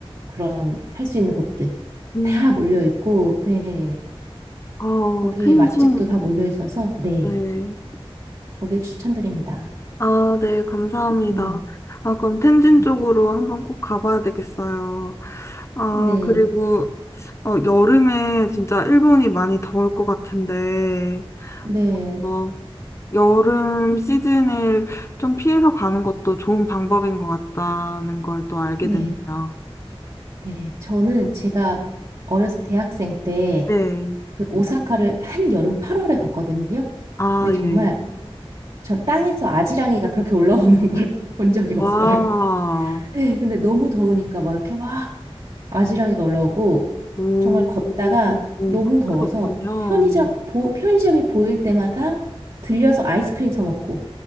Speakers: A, on the right; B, on the left.
A: 그런 할 수 있는 곳들
B: 음,
A: 다 몰려 있고, 네.
B: 아,
A: 거기에
B: 텐진이요.
A: 맛집도 다 몰려 있어서, 네.
B: 네.
A: 거길 추천드립니다.
B: 아, 네, 감사합니다.
A: 네.
B: 아, 그럼 텐진
A: 네.
B: 쪽으로 한번 꼭 가봐야 되겠어요. 아,
A: 네,
B: 그리고 어, 여름에 진짜 일본이 많이 더울 것 같은데,
A: 네,
B: 어, 여름 시즌을 좀 피해서 가는 것도 좋은 방법인 것 같다는 걸 또 알게
A: 네,
B: 됐네요.
A: 네. 저는 제가 어렸을 때 대학생 때
B: 네.
A: 그 오사카를 한 여름 8월에 갔거든요.
B: 아,
A: 근데 정말
B: 예.
A: 전 땅에서 아지랑이가 그렇게 올라오는 걸 <laughs> 본 적이 없어요.
B: 와,
A: 네, 근데 너무 더우니까 막 이렇게 막 아지랑이가 올라오고
B: 오,
A: 정말 걷다가
B: 그렇게
A: 너무 더워서
B: 덥군요.
A: 편의점, 보, 편의점이 보일 때마다 들려서 아이스크림 사 먹고